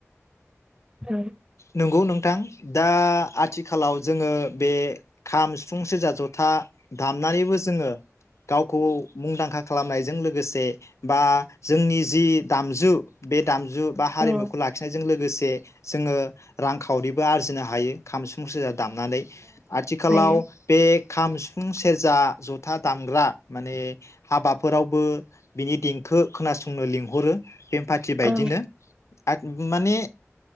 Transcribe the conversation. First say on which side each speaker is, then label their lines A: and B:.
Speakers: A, on the right; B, on the left.
A: <inaudible>
B: नंगौ नोंथां दा आथिखालाव जोङो बे खाम, सिफुं, सेरजा ज था दामनानैबो जोङो गाव खौ मुंदांखा खालामनायजों लोगोसे बा जोंनि जि दामजु बे दामजु जु बा हारिमुखौ
A: औ
B: लाखिनायजों लोगोसे। दे जोङो रां खावरिबो आरजिनो हायो खाम, सिफुं सेरजादो। दामनानै आथिखालाव
A: हायो।
B: बे खाम सि सिफुं, सेरजा, जथा दामग्रा माने हाबाफोरावबो बिनि देंखो खोनासं <unintelligible> लिंहरो बेमपाथि बायदिनो।
A: औ
B: <unintelligible> माने